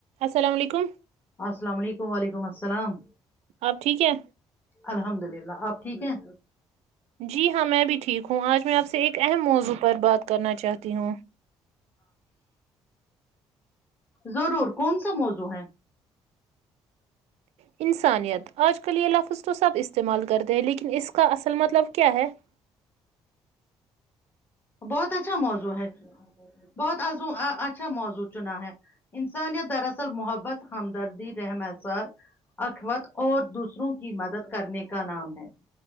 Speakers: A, on the right; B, on the left.
A: السلام علیکم
B: السلام علیکم وعلیکم السلام
A: آپ ٹھیک ہے
B: الحمد للہ آپ ٹھیک ہیں
A: جی ہاں میں بھی ٹھیک ہوں آج میں آپ سے ایک اہم موضوع پر بات <inaudible> کرنا چاہتی ہوں <inaudible>
B: ضرور کون سا موزو ہے
A: انسانیت آج کل یہ لفظ تو سب استعمال کرتے ہیں لیکن اس کا اصل مطلب کیا ہے <inaudible>
B: بہت اچھا موضوع ہے بہتو اچھا موضوع چنا ہے انسانیت دراصل محبت ہمدردی رحمسار اخوت اور دوسروں کی مدد کرنے کا نام ہے